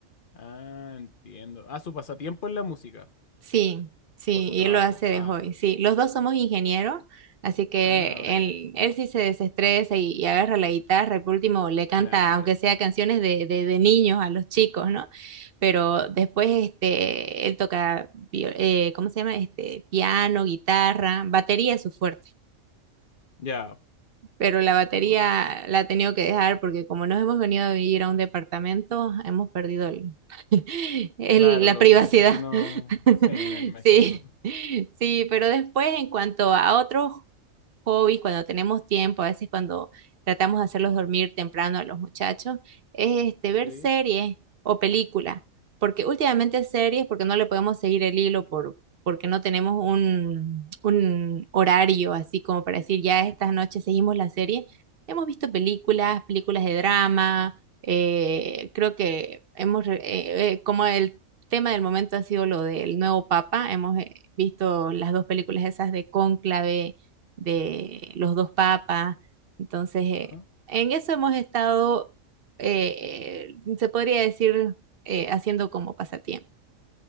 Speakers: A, on the left; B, on the right.
A: Ah, entiendo. Ah, su pasatiempo es la música
B: Sí, sí,
A: o su
B: y
A: trabajo.
B: él lo hace de
A: Ah,
B: hobby. Sí, los dos somos ingenieros, así que
A: ah, vale.
B: él, él sí se desestresa y, y agarra la guitarra y por último le canta,
A: Claro.
B: aunque sea canciones de, de, de niños a los chicos, ¿no? Pero después este, él toca, vi- eh, ¿cómo se llama? Este, piano, guitarra, batería es su fuerte
A: Ya,
B: pero la batería
A: o-
B: la he tenido que dejar porque como nos hemos venido a vivir a un departamento, hemos perdido el- <laughs> el-
A: claro,
B: la
A: los
B: privacidad.
A: vecinos,
B: <laughs>
A: sí, me imagino.
B: Sí, sí, pero después en cuanto a otros hobbies, cuando tenemos tiempo, a veces cuando tratamos de hacerlos dormir temprano a los muchachos, es este, ver
A: Sí.
B: series o películas, porque últimamente series, porque no le podemos seguir el hilo por, porque no tenemos un, un horario así como para decir, ya estas noches seguimos la serie. Hemos visto películas, películas de drama, eh, creo que hemos, re- eh, eh, como el tema del momento ha sido lo del nuevo papa, hemos eh, visto las dos películas esas de Cónclave de los dos papas. Entonces, eh,
A: ¿no?
B: en eso hemos estado, eh, eh, se podría decir, eh, haciendo como pasatiempo.